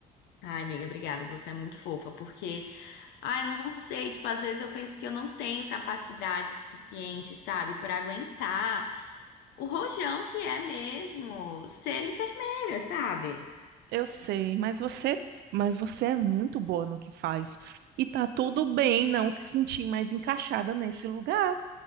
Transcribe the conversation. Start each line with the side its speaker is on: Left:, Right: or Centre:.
Left: Ai, amiga, obrigada, você é muito fofa, porque Ah, eu não sei, tipo, às vezes eu penso que eu não tenho capacidade suficiente, sabe, Pra aguentar o rojão que é mesmo ser enfermeira, sabe?
Right: Eu sei, mas você, mas você é muito boa no que faz. E tá tudo bem não se sentir mais encaixada nesse lugar,